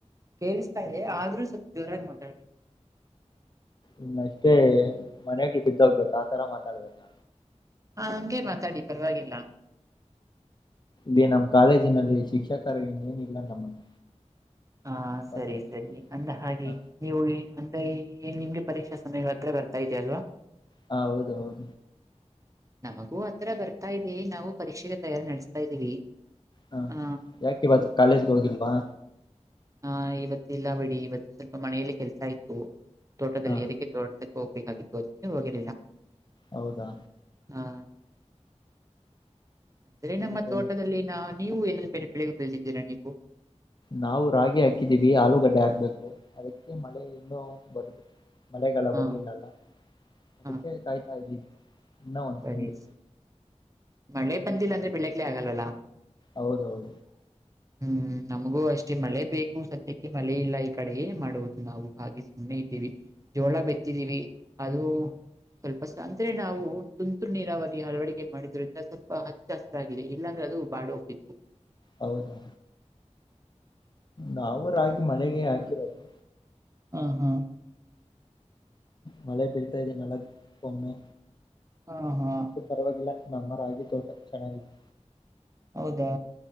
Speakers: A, on the right (about 25°); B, on the left (about 35°).
A: ಕೇಳಿಸ್ತಾ ಇದೆ ಆದ್ರೂ ಸ್ವಲ್ಪ ಜೋರಾಗಿ ಮಾತಾಡಿ.
B: ಇನ್ ಅಷ್ಟೇ ಮನಾಗ ಬಿದ್ದ ಹೋಗ್ಬೇಕಾ ಆತರಾ ಮಾತಾಡ್ಬೇಕಾ
A: ಹಾ ಹಂಗೆ ಮಾತಾಡಿ ಪರವಾಗಿಲ್ಲಾ
B: ನೀ ನಮ್ಮ ಕಾಲೇಜಿನಲ್ಲಿ ಶಿಕ್ಷಕರು ಇನ್ನೇನಿಲ್ಲ ನಮ್ಮನ್ನು
A: ಹಾ ಸರಿ
B: ಮತ್ತೆ
A: ಸರಿ ಅಂದ ಹಾಗೆ
B: ಹ
A: ನೀವು ಅಂದ್ರೆ ಈ ಏನ್ ನಿಮ್ಗೆ ಪರೀಕ್ಷಾ ಸಮಯಗಳ ಹತ್ರ ಬರ್ತಾ ಇದೆಲ್ವಾ
B: ಹಾ ಹೌದ ಹೌದು
A: ನಮಗೂ ಆ ತರಾ ಬರ್ತಾ ಇದೆ ನಾವು ಪರೀಕ್ಷೆಗೆ ತಯಾರಿ ನಡೆಸ್ತಾ ಇದ್ದೀವಿ
B: ಹಾ
A: ಆ
B: ಯಾಕೆ ಇವತ್ತು ಕಾಲೇಜ್ ಗೆ ಹೋಗಿಲ್ವಾ
A: ಹಾ ಇವತ್ತ ಇಲ್ಲಾ ಬಿಡಿ ಇವತ್ತು ಸ್ವಲ್ಪ ಮನೆಯಲ್ಲಿ ಕೆಲ್ಸಾ ಇತ್ತು ತೋಟದಲ್ಲಿ
B: ಹ
A: ಅದಕ್ಕೆ ತೋಟಕ್ಕೆ ಹೋಗ್ಬೇಕಾಗಿತ್ತು ಅದಕ್ಕೆ ಹೋಗಲಿಲ್ಲಾ
B: ಹೌದಾ
A: ಹಾ ಅಂದ್ರೆ ನಮ್ಮ
B: ಮತ್ತೆ
A: ತೋಟದಲ್ಲಿ ನಾ ನೀವು ಏನೇ ಬೇರೆ ಬೆಳೆ ಬೆಳೆದಿದ್ದೀರಾ ನೀವು
B: ನಾವು ರಾಗಿ ಹಾಕಿದೀವಿ ಆಲೂಗಡ್ಡೆ ಹಾಕ್ಬೇಕು ಅದಕ್ಕೆ ಮಳೆ ಇನ್ನೂ ಬರಬೇಕು ಮಳೆಗಾಲ
A: ಹಾ
B: ಬರ್ಲಿಲ್ಲಲ್ಲಾ ಅದಕ್ಕೆ
A: ಹಾ
B: ಕಾಯ್ತಾ ಇದ್ದೀವಿ ಇನ್ನ ಒಂದ್
A: ಸರಿ
B: ತಿಂಗಳು
A: ಮಳೆ ಬಂದಿಲ್ಲ ಅಂದ್ರೆ ಬೆಳೆಕೆ ಆಗಲ್ವಲ್ಲಾ
B: ಹೌದೌದು
A: ಹ ಹ್ಮ್ ನಮಗೂ ಅಷ್ಟೇ ಮಳೆ ಬೇಕು ಸದ್ಯಕ್ಕೆ ಮಳೆ ಇಲ್ಲಾ ಈ ಕಡೆೆಯೇ ಮಾಡುವುದು ನಾವು ಹಾಗೆ ಸುಮ್ಮನೆ ಇದ್ದೀವಿ ಜೋಳ ಬೆತ್ತಿದೀವಿ ಅದು ಸ್ವಲ್ಪ ಸ ಅಂದ್ರ ನಾವು ತುಂತುರು ನೀರಾವರಿ ಅಳವಡಿಕೆ ಮಾಡಿದ್ರಿಂದ ಸ್ವಲ್ಪ ಹಚ್ಚು ಹಸಿರಾಗಿದೆ ಇಲ್ಲಾಂದ್ರೆ ಅದು ಬಾಡ್ ಹೋಗತಿತ್ತು
B: ಹೌದಾ ನಾವು ರಾಗಿ ಮಳೆಗೆ ಹಾಕಿರೋದು
A: ಹ ಹಾ
B: ಮಳೆ ಬೀಳ್ತಾ ಇದೆ ಮೇಡಂ ಕೋಒಮ್ಮೆ
A: ಹ ಹಾ
B: ಪರವಾಗಿಲ್ಲ ನಮ್ಮ ರಾಗಿ ತೋಟಾ ಚೆನ್ನಾಗಿದೆ
A: ಹೌದಾ